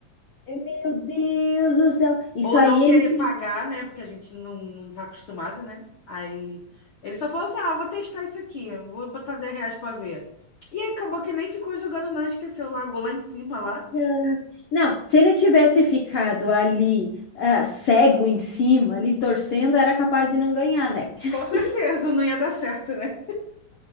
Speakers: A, on the left (about 90°); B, on the left (about 65°).
A: meu Deus do céu!
B: <laughs>
A: Isso
B: Ou
A: aí
B: não querer
A: é incentivo.
B: pagar, né? Porque a gente não, não tá acostumado, né? Aí ele só falou assim: ah, vou testar isso aqui, eu vou botar 10 reais pra ver. E aí acabou que nem ficou jogando, não, esqueceu, largou lá em cima lá.
A: Era- Não, se ele tivesse ficado ali, ah, cego em cima, ali torcendo, era capaz de não ganhar, né? <laughs>
B: Com certeza, não ia dar certo, né?